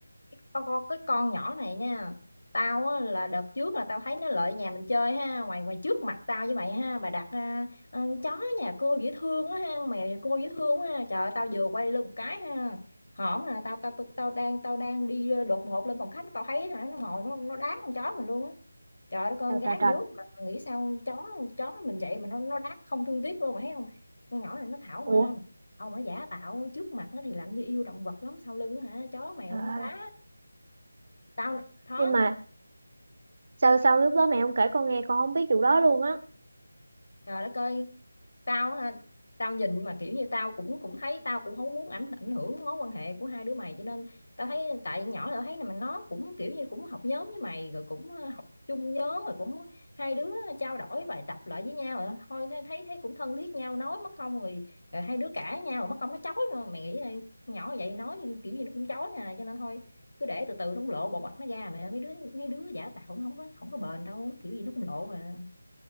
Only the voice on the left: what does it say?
Tao có cái con nhỏ này nha Tao á, là đợt trước là tao thấy nó lại nhà mình chơi ha Ngoài ngoài trước mặt tao với mày ha Bà đặt à, à, chó nhà cô dễ thương quá ha Mèo nhà cô dễ thương quá ha Trời ơi, tao vừa quay lưng một cái ha Hổm nè tao, tao tao tao đang tao đang đi ờ, đột ngột lên phòng khách Tao thấy hả nó ngồi nó nó đá con chó mình luôn á Trời ơi con
gái
đứa mà nghĩ sao chó chó mình vậy mà nó nó đá không thương tiếc luôn mà thấy không Con nhỏ này nó thảo ma
ông ấy giả tạo trước mặt nó thì làm như yêu động vật lắm sau lưng hả chó mèo
nó
đá tao nó
trời đất ơi tao ha, tao nhìn mà kiểu như tao cũng cũng thấy tao cũng không muốn ảnh ảnh hưởng mối quan hệ của hai đứa mày cho nên tao thấy tại nhỏ là tao thấy là mà nó cũng kiểu như cũng học nhóm với mày rồi cũng ờ, học chung nhóm rồi cũng hai đứa trao đổi bài tập lại với nhau rồi thôi thấy thấy thấy cũng thân thiết nhau nói mất công rồi, rồi hai đứa cãi nhau rồi mất công nó chói nữa mày nghĩ coi, nhỏ vậy nói kiểu gì nó cũng chói à cho nên thôi cứ để từ từ nó cũng lộ bộ mặt nó ra mẹ mấy đứa mấy đứa giả tạo nó không có không có bền đâu nó kiểu gì nó cũng lộ à